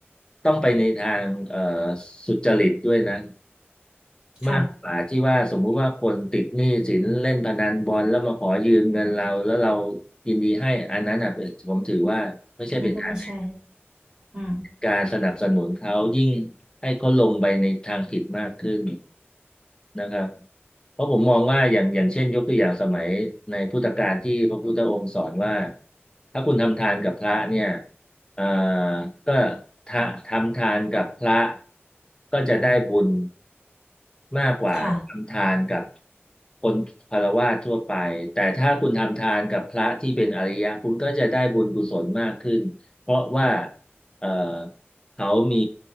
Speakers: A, on the left (about 20°); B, on the right (about 25°).
A: ต้องไปในทางเอ่อสุจริตด้วยนะ
B: ค่ะ
A: มากกว่าที่ว่าสมมุติว่าคนติดหนี้สินเล่นพนันบอลแล้วมาขอยืมเงินเราแล้วเรายินดีให้อันนั้นอ่ะเป็นผมถือว่าไม่ใช่เป็นการให้
B: อันนี้ก็ไม่ใช่อืม
A: การสนับสนุนเขายิ่งให้เขาลงไปในทางผิดมากขึ้นนะครับเพราะผมมองว่าอย่างอย่างเช่นยกตัวอย่างสมัยในพุทธกาลที่พระพุทธองค์สอนว่าถ้าคุณทำทานกับพระเนี่ยเอ่อก็ทะทำทานกับพระก็จะได้บุญมากกว่าทำทานกับ
B: ค่ะ
A: คนฆราวาสทั่วไปแต่ถ้าคุณทำทานกับพระที่เป็นอริยะคุณก็จะได้บุญกุศลมากขึ้นเพราะว่า เอ่อเขามี